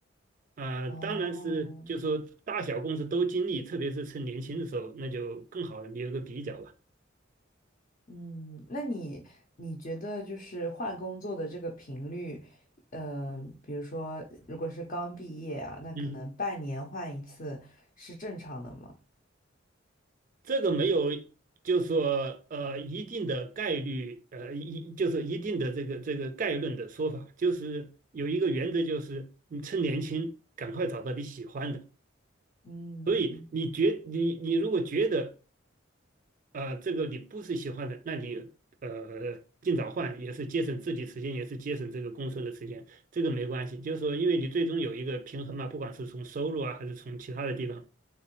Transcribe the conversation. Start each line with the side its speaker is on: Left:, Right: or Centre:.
Right: 呃，
Left: 哦，
Right: 当然是，就说大小公司都经历，特别是趁年轻的时候，那就更好了，你有个比较吧。
Left: 嗯，那你你觉得就是换工作的这个频率，嗯、比如说如果是刚毕业啊，那可能半年换一次是正常的吗？
Right: 嗯，这个没有，就说呃一定的概率，呃一就是一定的这个这个概论的说法，就是有一个原则，就是你趁年轻赶快找到你喜欢的。
Left: 嗯
Right: 所以你觉你你如果觉得呃，这个你不是喜欢的，那你呃尽早换，也是节省自己时间，也是节省这个公司的时间，这个没关系。就是说，因为你最终有一个平衡嘛，不管是从收入啊，还是从其他的地方，